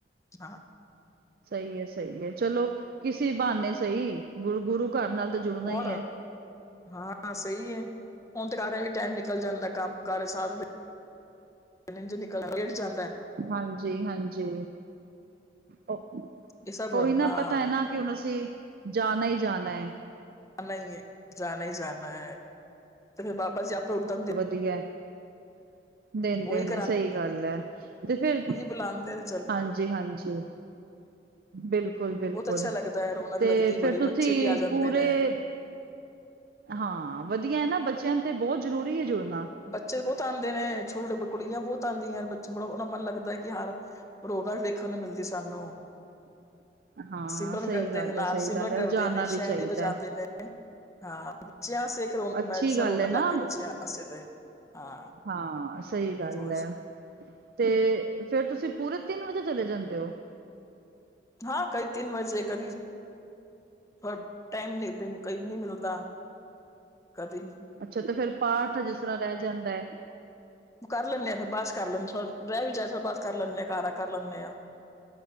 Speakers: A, on the left; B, on the right.
A: ਹਾਂ।
B: ਸਹੀ ਐ ਸਹੀ ਐ, ਚਲੋ ਕਿਸੀ ਬਹਾਨੇ ਸਹੀ। ਗੁਰੂ ਗੁਰੂ ਘਰ ਨਾਲ ਤੇ ਜੁੜਨਾ
A: ਹੋਰ
B: ਈ ਐ।
A: ਹਾਂ ਸਹੀ ਏ, ਹੁਣ ਤੇ ਘਾਰ ਐਵੇ ਈ ਟਾਈਮ ਨਿਕਲ ਜਾਂਦੈ, ਕੰਮ ਕਾਰ ਸਾਰਾ ਦਿਨ ਇੰਜ ਨਿਕਲ ਗੇੜ ਜਾਂਦੈ।
B: ਹਾਂਜੀ, ਹਾਂਜੀ। ਓਅ
A: ਇਹ ਸਭ
B: ਓਹੀ ਨਾ
A: ਹਾਂ
B: ਪਤਾ ਐ ਨਾ ਕਿ ਹੁਣ ਅਸੀਂ ਜਾਣਾ ਈ ਜਾਣੈ।
A: ਅ ਨਹੀਂ ਏ, ਜਾਣਾ ਈ ਜਾਨਾ ਐ ਤੇ ਫੇਰ ਬਾਬਾ ਜੀ ਆਪੇ ਉਦਮ ਦੇ
B: ਧੀਐ, ਦੇੰਦੇ
A: ਉਹੀ
B: ਨੇ ਸਹੀ ਗੱਲ ਐ ਤੇ ਫੇਰ
A: ਬੁਲਾਂਦੇਣ
B: ਹਾਂਜੀ, ਹਾਂਜੀ। ਬਿਲਕੁਲ-ਬਿਲਕੁਲ
A: ਬਹੁਤ ਅੱਛਾ ਲੱਗਦਾ ਹੈ ਰੌਣਕ
B: ਤੇ
A: ਲੱਗਦੀ ਬੜੀ
B: ਫੇਰ ਤੁਸੀਂ
A: ਬੱਚੇ ਵੀ ਆ ਜਾਂਦੇ
B: ਪੂਰੇ
A: ਨੇ
B: ਹਾਂ, ਵਧੀਆ ਐ ਨਾ ਬੱਚਿਆਂਣ ਤੇ ਬੌਤ ਜ਼ਰੂਰੀ ਏ ਜੁੜਨਾ।
A: ਬੱਚੇ ਤੇ ਬੌਤ ਆਂਦੇ ਨੇ ਛੋਟੇ-ਛੋਟੇ ਕੁੜੀਆਂ ਬੌਤ ਆੰਦੀਆਂ ਨੇ ਬੜਾ ਓਹਨਾ ਮਨ ਲੱਗਦਾ ਐ ਕਿ ਹਾਰ ਰੋਣਕ ਵੇਖਣ ਨੂੰ ਮਿਲਦੀ ਸਾਨੂੰ।
B: <inaudible> ਹਾਂ
A: ਸਿਮਰਨ
B: ਸਹੀ
A: ਕਰਦੇ
B: ਗੱਲ
A: ਨੇ ਨਾਲ,
B: ਹੈ ਸਹੀ
A: ਸਿਮਰਨ
B: ਗੱਲ ਹੈ
A: ਕਰਦੇ
B: ਉਹ ਜਾਣਾ
A: ਨੇ
B: ਵੀ
A: ਛੈਣੇ
B: ਚਾਹੀਦਾ
A: ਵਜਾਂਦੇ
B: ਹੈ
A: ਨੇ। ਹਾਂ, ਬੱਚਿਆਂ ਆਸਤੇ ਇਕ ਰੋਣ
B: ਅੱਛੀ
A: ਮੈ ਸਰ
B: ਗੱਲ
A: ਰੌਣਕ
B: ਹੈ ਨਾ
A: ਲੱਗ ਗਈ ਬੱਚਿਆਂ ਆਸਤੇ ਤੇ। ਹਾਂ
B: ਹਾਂ, ਸਹੀ ਗੱਲ
A: ਰੋਜ਼
B: ਐ। ਤੇ ਫੇਰ ਤੁਸੀਂ ਪੂਰੇ ਤਿੰਨ ਵਜੇ ਚਲੇ ਜਾਂਦੇ ਓ?
A: ਹਾਂ, ਕਈ ਤਿੰਨ ਵਜੇ ਕਦੀ ਪਰ ਟਾਈਮ ਲੇਖਦੇਣ ਕਈ ਨੀ ਮਿਲਦਾ। ਕਦੀ ਨੀ।
B: ਅੱਛਾ ਤੇ ਫੇਰ ਪਾਠ ਜਿਸ ਤਰ੍ਹਾਂ ਰੈਹ ਜਾਂਦੈ।
A: ਕਰ ਲੈਂਣੇ ਆਂ, ਫਿਰ ਬਾਦ ਚ ਕਰ ਲੈਂਣ ਥੋੜ ਰੈਹ ਵੀ ਜਾਏ ਥੋੜਾ ਬਾਦ ਚ ਕਰ ਲੈਣੇ ਆਂ ਕਾਰ ਆ ਕਰ ਲੈਣੇ ਆਂ।